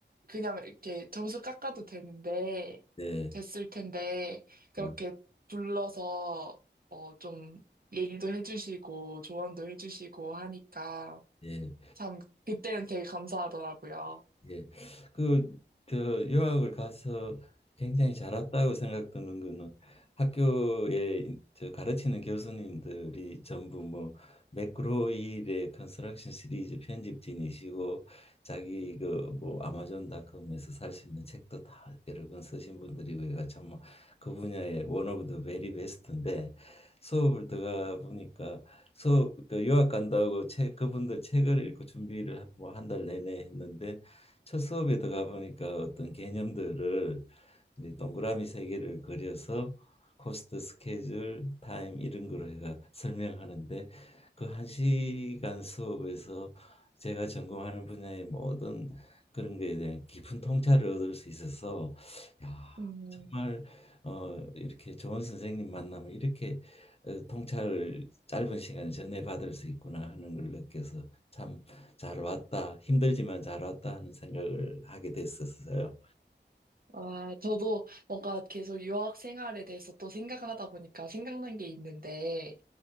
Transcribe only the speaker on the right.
그냥 이렇게 점수 깎아도 되는데,
됐을 텐데, 그렇게
불러서, 어, 좀, 얘기도 해주시고, 조언도 해주시고 하니까,
참, 그때는 되게 감사하더라고요.
음.
아, 저도 뭔가 계속 유학 생활에 대해서 또 생각하다 보니까 생각난 게 있는데,